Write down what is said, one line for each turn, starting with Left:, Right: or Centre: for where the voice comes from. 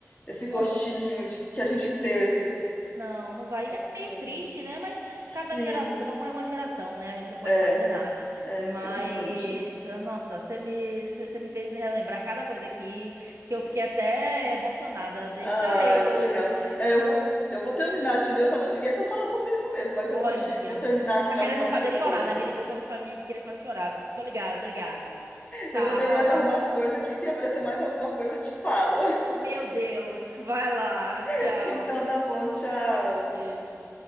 Left: esse
Right: não.
Left: gostinho de, que a gente
Right: Esse.
Left: teve.
Right: Não, não vai. É meio
Left: É,
Right: triste, né? Mas
Left: Sim,
Right: cada geração é uma geração, né? A gente não pode
Left: é,
Right: fazer nada.
Left: é,
Right: Mas,
Left: infelizmente.
Right: ah, nossa, você me, você você me fez relembrar cada coisa aqui que eu fiquei até emocionada. Deixa
Left: Ai,
Right: eu.
Left: que legal. É, eu vou, eu vou terminar de ver, eu só te liguei para falar sobre isso mesmo, mas
Right: Olha.
Left: eu vou te, eu vou terminar aqui
Right: Tá
Left: de
Right: querendo
Left: arrumar
Right: me
Left: minhas
Right: fazer
Left: coisas.
Right: chorar, né? Me ligou pra me, fa- me querer fazer chorar. Tô ligada, tô ligada. Tava
Left: Eu vou terminar
Right: lá.
Left: de arrumar as coisas aqui, se aparecer mais alguma coisa eu te falo.
Right: Meu Deus, vai lá,
Left: <laughs>
Right: tchau.
Left: Então tá bom, tchau.
Right: Beijo.